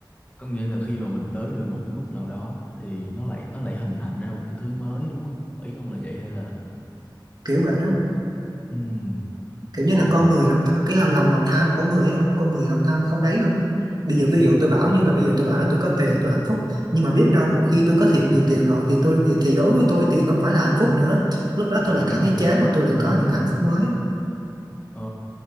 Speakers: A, on the left; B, on the right.
A: có nghĩa là khi mà mình tới được một cái mức nào đó thì nó lại nó lại hình thành ra một cái thứ mới đúng không ý ông là vậy hay là
B: kiểu vậy đó
A: ừm,
B: kiểu như
A: ồ
B: là con người lòng cái lòng lòng lòng tham của con người ấy không con người lòng tham không đấy luôn á bây giờ ví dụ tôi bảo như là bây giờ tôi bảo là tôi có tiền là tôi hạnh phúc nhưng mà biết đâu một khi tôi có thiệt nhiều tiền rồi thì tôi thì, thì đối với tôi tiền không phải là hạnh phúc nữa lúc đó tôi
A: nó là
B: lại
A: cái
B: cảm
A: khác
B: thấy chán và tôi
A: Ừm,
B: lại có những hạnh phúc mới
A: ờ,